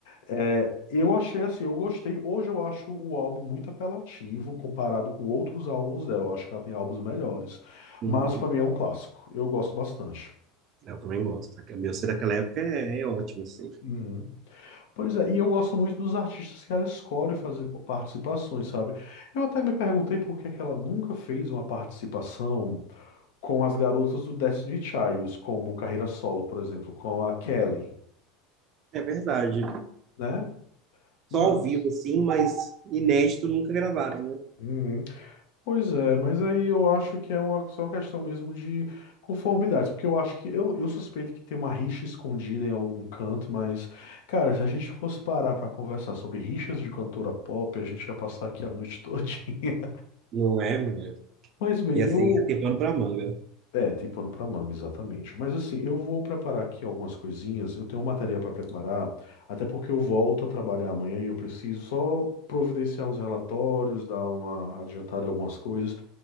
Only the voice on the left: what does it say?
É, eu achei assim, eu gostei. Hoje eu acho o álbum muito apelativo comparado com outros álbuns dela. Eu acho que ela tem álbuns melhores.
Mas para mim é um clássico. Eu gosto bastante.
Uhum. Pois é, e eu gosto muito dos artistas que ela escolhe fazer co- participações, sabe? Eu até me perguntei por que que ela nunca fez uma participação com as garotas do Destiny Childs, como carreira solo, por exemplo, com a Kelly,
né?
Mas.
Uhum. Pois é, mas aí eu acho que é uma só questão mesmo de conformidade, porque eu acho que. Eu, eu suspeito que tem uma rixa escondida em algum canto, mas. Cara, se a gente fosse parar pra conversar sobre rixas de cantora pop, a gente ia passar aqui a noite <laughs> todinha.
Mas bem,
eu.
É, tem pano pra manga, exatamente. Mas assim, eu vou preparar aqui algumas coisinhas. Eu tenho uma tarefa para preparar, até porque eu volto a trabalhar amanhã e eu preciso só providenciar uns relatórios, dar uma adiantada em algumas coisas.